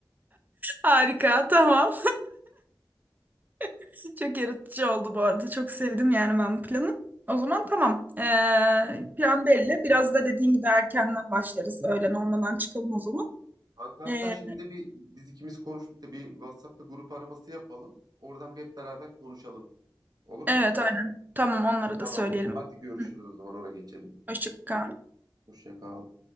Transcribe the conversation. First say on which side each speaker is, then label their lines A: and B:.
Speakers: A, on the right; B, on the right.
A: Harika. Tamam. <laughs> Çok yaratıcı oldu bu arada. Çok sevdim yani ben bu planı. O zaman tamam. Ee, plan belli. Biraz da dediğin gibi erkenden başlarız. Öğlen olmadan çıkalım o zaman.
B: Kanka hatta
A: Ee,
B: şimdi bir biz ikimiz konuştuk da bir WhatsApp'ta grup araması yapalım. Oradan bir hep beraber konuşalım. Olur
A: evet
B: mu?
A: aynen. Tamam onlara
B: Tamam.
A: da söyleyelim.
B: Hadi görüşürüz
A: Hı.
B: o zaman. Oraya geçelim.
A: Hoşça kal.
B: Hoşça kal.